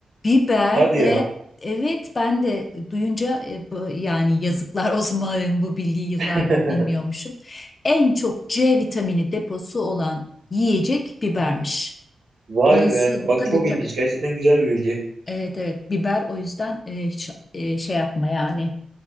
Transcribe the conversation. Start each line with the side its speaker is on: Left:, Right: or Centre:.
Left: biber
Right: Hadi
Left: de
Right: ya.
Left: evet ben de duyunca e, bu- yani yazıklar olsun bana, bu bilgiyi yıllardır
Right: <laughs>
Left: bilmiyormuşum. En çok C vitamini deposu olan yiyecek bibermiş.
Right: Vay
Left: Dolayısıyla
Right: be. Bak
Left: tabii
Right: çok
Left: tabii.
Right: ilginç. Gerçekten güzel bir bilgi.
Left: Evet evet biber o yüzden e, hiç e, şey yapma yani